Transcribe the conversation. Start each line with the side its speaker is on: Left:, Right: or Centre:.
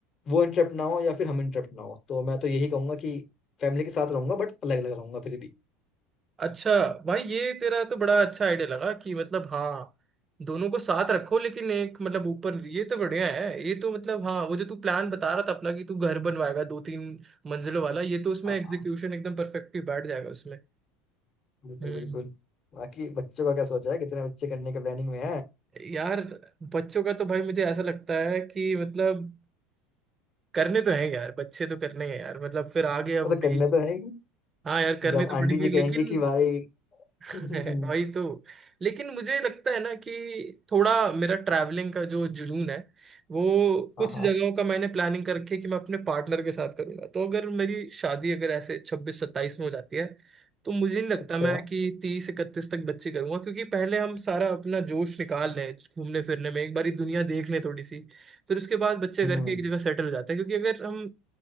Left: वो इंटरप्ट ना हो या फिर हम इंटरप्ट ना हो तो मैं तो यही कहूंगा कि फैमिली के साथ रहूंगा बट अलग अलग रहूंगा फिर भी
Right: अच्छा भाई ये तेरा तो बड़ा अच्छा आइडिया लगा कि मतलब हाँ दोनों को साथ रखो लेकिन एक मतलब ऊपर ये तो बढ़िया है ये तो मतलब हाँ वो जो तू प्लान बता रहा था अपना कि तू घर बनवाएगा दो तीन मंजिलों वाला ये तो उसमें
Left: हाँ
Right: एग्जीक्यूशन
Left: हाँ।
Right: एकदम परफेक्टली बैठ जाएगा उसमें
Left: बिल्कुल
Right: हम्म
Left: बिल्कुल बाकी बच्चों का क्या सोचा है कितने बच्चे करने के प्लानिंग में है
Right: यार बच्चों का तो भाई मुझे ऐसा लगता है कि मतलब करने तो हैं यार बच्चे तो करने हैं यार मतलब फिर आगे अब
Left: वो तो
Right: अपनी
Left: करने तो है ही।
Right: हाँ यार करने
Left: जब
Right: तो पड़ेंगे
Left: आंटी जी
Right: लेकिन
Left: कहेंगी कि भाई <laughs>
Right: <laughs> है, वही तो लेकिन मुझे लगता है ना कि थोड़ा मेरा ट्रैवलिंग का जो जुनून है वो कुछ
Left: हाँ हाँ
Right: जगहों का मैंने प्लानिंग करके कि मैं अपने पार्टनर के साथ करूंगा तो अगर मेरी शादी अगर ऐसे छब्बीस सत्ताईस में हो जाती है तो मुझे नहीं लगता
Left: अच्छा
Right: मैं कि तीस इकतीस तक बच्चे करूंगा क्योंकि पहले हम सारा अपना जोश निकाल लें घूमने फिरने में एक बारी दुनिया देख लें थोड़ी सी फिर उसके बाद बच्चे
Left: हम्म
Right: करके एक जगह सेटल हो जाते हैं क्योंकि अगर हम